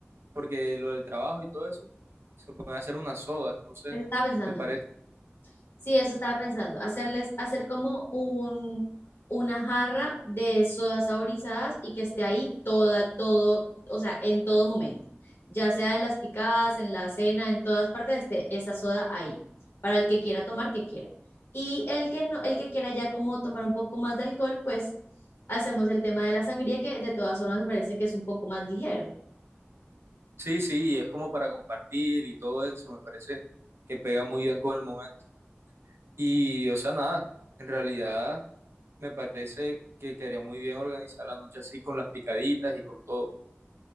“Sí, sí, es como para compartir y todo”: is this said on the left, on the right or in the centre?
Right